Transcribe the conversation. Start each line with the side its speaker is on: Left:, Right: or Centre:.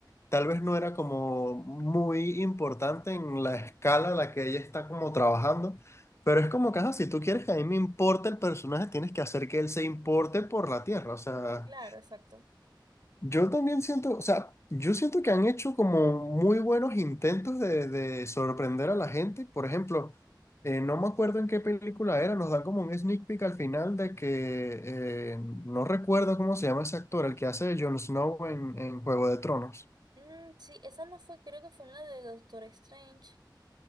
Left: tal vez no era como muy importante en la escala a la que ella está como trabajando. Pero es como que, ajá, si tú quieres que a mí me importe el personaje, tienes que hacer que él se importe por la Tierra. O sea,
Right: claro, exacto.
Left: yo también siento, o sea, yo siento que han hecho como muy buenos intentos de, de sorprender a la gente. Por ejemplo, eh, no me acuerdo en qué película era, nos dan como un sneak peek al final de que eh, no recuerdo cómo se llama ese actor, el que hace de Jon Snow en, en Juego de Tronos.
Right: Mm, sí, esa no fue, creo que fue en la de Doctor Strange.